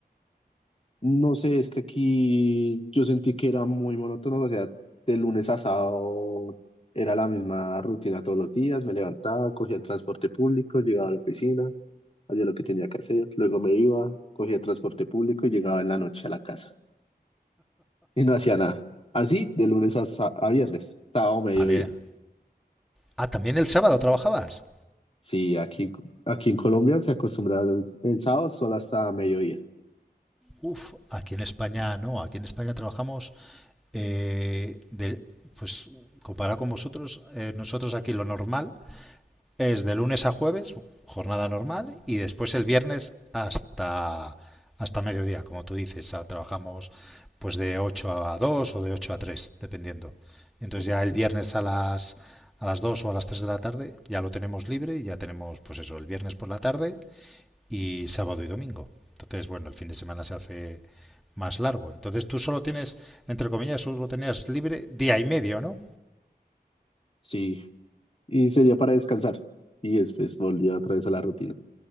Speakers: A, on the left; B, in the centre.
A: No sé, es que aquí yo sentí que era muy monótono, o sea, de lunes a sábado era la misma rutina todos los días, me levantaba, cogía el transporte público, llegaba a la oficina hacía lo que tenía que hacer, luego me iba, cogía transporte público y llegaba en la noche a la casa. Y no hacía nada. Así, de lunes a, sa- a viernes, sábado, mediodía.
B: Había. Ah, también el sábado trabajabas.
A: Sí, aquí, aquí en Colombia se acostumbra el sábado solo hasta mediodía.
B: Uf, aquí en España no, aquí en España trabajamos eh, de, pues comparado con vosotros, eh, nosotros aquí lo normal es de lunes a jueves, jornada normal, y después el viernes hasta, hasta mediodía, como tú dices, ah, trabajamos pues de 8 a 2 o de 8 a tres dependiendo. Y entonces
A: Ok.
B: ya el viernes a las, a las dos o a las tres de la tarde ya lo tenemos libre, y ya tenemos pues eso, el viernes por la tarde y sábado y domingo. Entonces, bueno, el fin de semana se hace más largo. Entonces tú solo tienes, entre comillas, solo tenías libre día y medio, ¿no?
A: Sí, y sería para descansar. Y después volvía otra vez a la rutina.